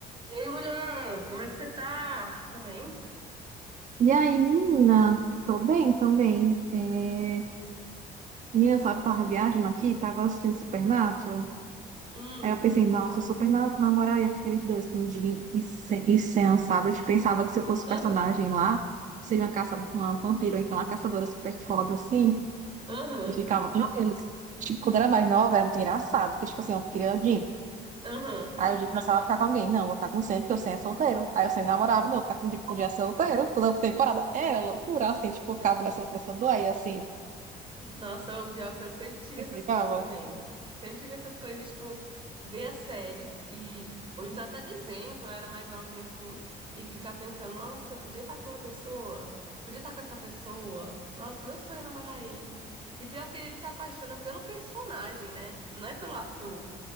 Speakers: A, on the right; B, on the right.
A: E aí, mulher, como é que você tá? Tá bem?
B: E aí, menina? Tô bem também. É... Menina, sabe, tava viagem aqui, tava assistindo Supernatural.
A: Hum,
B: Aí eu pensei, nossa,
A: fala.
B: Supernatural, na com eu ia preferir dia e Sam, e Sam, sabe? Eu tipo, pensava que se eu fosse personagem
A: Aham,
B: lá, seria uma caça, uma vampiro, ou então uma caçadora super foda, assim.
A: aham,
B: E ficava, "Hum?" tipo, quando era mais nova, era muito engraçado, porque, tipo assim, eu queria o
A: aham.
B: Aí o Jim começava a ficar com alguém. Não, vou ficar com o Sam, porque o Sam é solteiro. Aí o Sam namorava, não, vou ficar com o Jim, porque o Jim é solteiro. Toda temporada era loucura, assim, tipo, eu ficava nessa, nessa doia, assim.
A: Nossa, o pior é que eu sempre tive
B: Eu
A: essas
B: ficava.
A: coisas também. Sempre tive essas coisas, tipo, ver as séries e... Ou então até desenho, quando eu era mais novinha, assim, e ficar pensando, nossa, eu podia estar com uma pessoa, podia estar com essa pessoa. Nossa, meu sonho é namorar ele. E pior que ele se apaixona pelo personagem, né? Não é pelo ator,